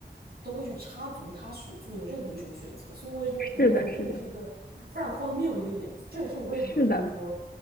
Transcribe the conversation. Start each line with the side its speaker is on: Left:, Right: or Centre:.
Right: 都会去插足她所做的任何一种选择。所以我也觉得，
Left: 是的，
Right: 我也觉得这个是一个非常荒谬一个点，
Left: 是的，
Right: 这也是我为什么就是说
Left: 是的，